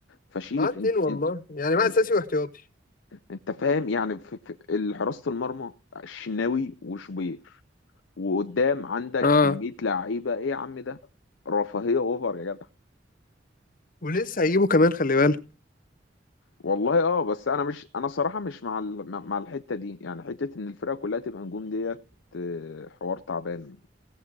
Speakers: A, on the left; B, on the left.
A: فشيخ
B: معاه اتنين
A: انت
B: والله
A: انت
B: يعني معاه
A: انت
B: اساسي واحتياطي
A: انت فاهم يعني في في حراسة المرمى الشناوي وشوبير وقدام عندك
B: اه
A: كمية لعيبة ايه يا عم ده رفاهية اوفر يا جدع
B: ولسه هيجيبوا كمان خلي بالك
A: والله اه بس انا مش انا صراحة مش مع ال- مع مع الحتة دي يعني حتة ان الفرقة كلها تبقى نجوم ديت آه، حوار تعبان